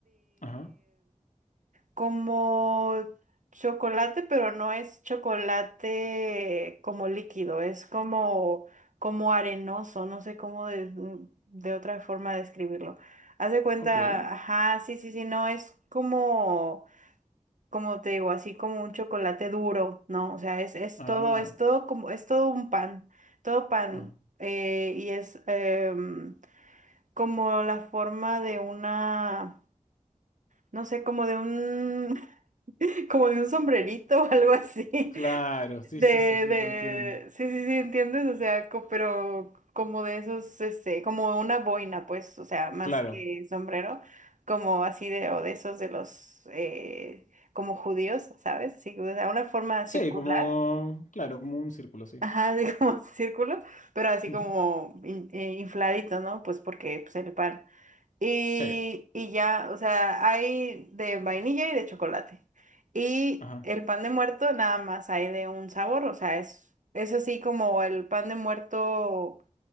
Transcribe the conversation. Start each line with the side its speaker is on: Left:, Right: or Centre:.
Left: Ajá.
Right: como chocolate, pero no es chocolate como líquido, es como, como arenoso, no sé cómo de, de otra forma describirlo. Haz de cuenta,
Left: Ok.
Right: ajá, sí, sí, sí, no, es como, como te digo, así como un chocolate duro, ¿no? O sea, es, es
Left: Ah.
Right: todo, es todo como, es todo un pan, todo pan,
Left: Ah.
Right: eh, y es em, como la forma de una, no sé, como de un <laughs> como de un sombrerito <laughs> o algo así.
Left: Claro. Sí,
Right: De,
Left: sí, sí, sí,
Right: de,
Left: lo entiendo.
Right: sí, sí, sí, ¿entiendes? O sea, co- pero como de esos, este, como una boina, pues, o sea, más
Left: Claro.
Right: que sombrero, como así de, o de esos de los, eh, como judíos, ¿sabes? Así, o sea, una forma
Left: Sí,
Right: circular,
Left: como... Claro, como un círculo, sí.
Right: ajá, así <laughs> como círculo, pero así
Left: Ujú.
Right: como in- eh, infladito, ¿no? Pues porque, pues, el pan. Y,
Left: Sí.
Right: y ya, o sea, hay de vainilla y de chocolate. Y
Left: Ajá.
Right: el pan de muerto nada más hay de un sabor, o sea, es, es así como el pan de muerto